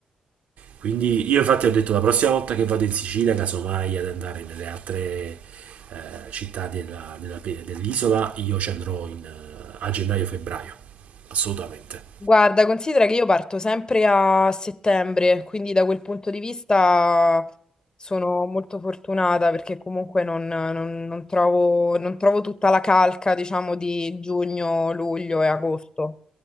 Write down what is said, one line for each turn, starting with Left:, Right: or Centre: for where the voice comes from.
Right: Quindi io infatti ho detto la prossima volta che vado in Sicilia, casomai ad andare nelle altre eh, città della- della pe- dell'isola, io ci andrò in, eh, a gennaio-febbraio, assolutamente.
Left: Guarda, considera che io parto sempre a settembre, quindi da quel punto di vista sono molto fortunata perché comunque non, non- non trovo, non trovo tutta la calca, diciamo, di giugno, luglio e agosto.